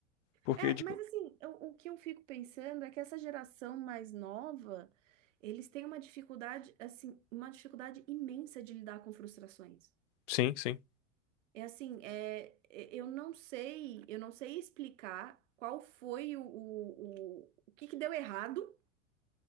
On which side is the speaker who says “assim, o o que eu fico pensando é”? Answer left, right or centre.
Right